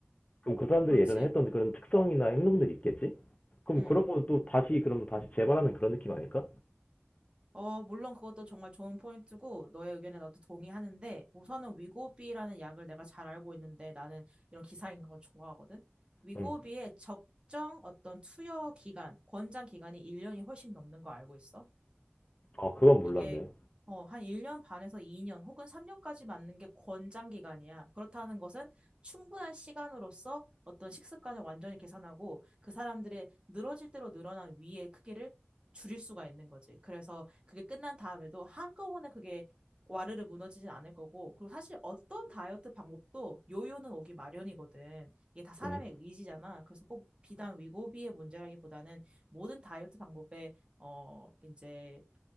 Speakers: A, on the left; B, on the right.
A: 그럼 그 사람들이
B: 그렇지.
A: 예전에 했던 그런 특성이나 행동들이 있겠지? 그럼
B: 응.
A: 그런 거는 또 다시 그럼 다시 재발하는 그런 느낌 아닐까?
B: 어, 물론 그것도 정말 좋은 포인트고, 너의 의견에 나도 동의하는데, 우선은 위고비라는 약을 내가 잘 알고 있는데, 나는 이런 기사 읽는 걸 좋아하거든? 위고비의
A: 응.
B: 적정 어떤 투여 기간, 권장 기간이 1년이 훨씬 넘는 거 알고 있어?
A: 아, 그건 몰랐네.
B: 이게 어, 한 1년 반에서 2년 혹은 3년까지 맞는 게 권장 기간이야. 그렇다는 것은 충분한 시간으로서 어떤 식습관을 완전히 계산하고 그 사람들의 늘어질 대로 늘어난 위의 크기를 줄일 수가 있는 거지. 그래서 그게 끝난 다음에도 한꺼번에 그게 와르르 무너지진 않을 거고, 그리고 사실 어떤 다이어트 방법도 요요는 오기 마련이거든. 이게 다 사람의
A: 응.
B: 의지잖아. 그래서 꼭 비단 위고비의 문제라기보다는 모든 다이어트 방법에 어, 이제